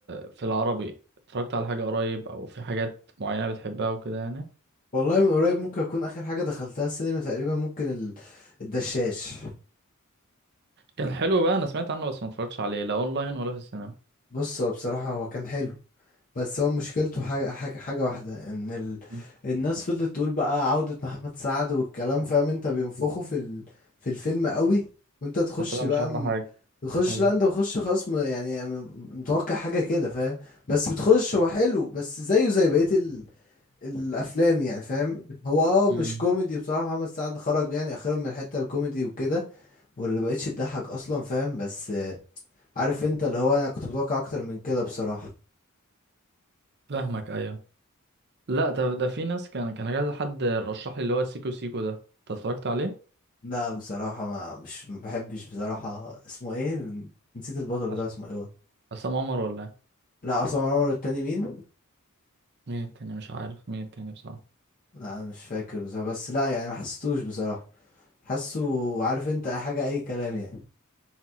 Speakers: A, on the right (about 50°); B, on the left (about 40°).
A: في العربي اتفرجت على حاجة قريب او في حاجات معينة بتحبها وكده يعني
B: والله من قريب ممكن اكون اخر حاجة دخلتها السينما تقريبا ممكن ال... الدشاش
A: كان حلو بقى انا سمعت عنه بس ما اتفرجتش عليه لا اونلاين ولا في السينما
B: بص هو بصراحة هو كان حلو بس هو مشكلته حاجة, حاجة, حاجة واحدة ان ال...
A: مم.
B: الناس فضلت تقول بقى عودة محمد سعد والكلام فاهم انت بينفخوا في ال... في الفيلم قوي وانت تخش
A: فطلع
B: بقى
A: مش احلى
B: م...
A: حاجة
B: تخش
A: ايوه
B: لا انت بتخش خلاص م... يعني م- متوقع حاجة كده فاهم بس بتخش هو حلو بس زيه زي بقية ال... الافلام يعني فاهم هو اه مش
A: امم
B: كوميدي بصراحة محمد سعد خرج يعني اخيرا من الحتة الكوميدي وكده واللي مبقتش تضحك اصلا فاهم بس آه، عارف انت اللي هو انا كنت متوقع اكتر من كده بصراحة
A: فاهمك ايوه لا ده ده في ناس كان كان كذا حد رشح لي اللي هو سيكو سيكو ده انت اتفرجت عليه
B: لا بصراحة ما مش ما بحبش بصراحة اسمه ايه نسيت البطل بتاعه
A: أس-
B: اسمه ايه هو.
A: عصام عمر ولا إيه؟
B: لا عصام عمر التاني مين
A: مين التاني مش عارف مين التاني بصراحة
B: لا أنا مش فاكر بصراحة بس لا يعني ما حسيتوش بصراحة حاسه عارف انت أي حاجة اي كلام يعني